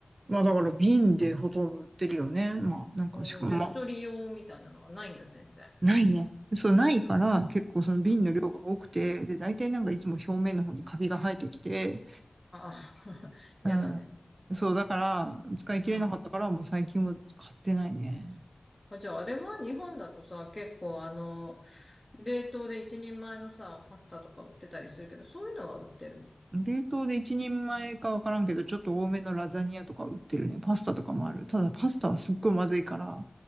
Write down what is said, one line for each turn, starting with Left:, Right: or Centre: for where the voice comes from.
Right: まあだから瓶でほとんど売ってるよね。まあなんかしかも、
Left: うん、じゃあ、
Right: まあ、
Left: 一人用みたいなのはないんだ、全然。
Right: ないね。そう、ないから結構その瓶の量が多くて、
Left: うん。あ
Right: で、大体なんかいつも表面の方にカビが生えてきて、
Left: あ、<laughs> やだね。
Right: うん。そう、だから、使い切れなかったから、
Left: うん。
Right: もう最近は買ってないね。
Left: あ、じゃあ、あれは日本だとさ、結構あの、冷凍で一人前のさ、パスタとか売ってたりするけど、そういうのは売ってるの
Right: 冷凍で一人前かわからんけど、ちょっと多めのラザニアとか売ってるね。パスタとかもある。ただパスタはすっごいまずいから。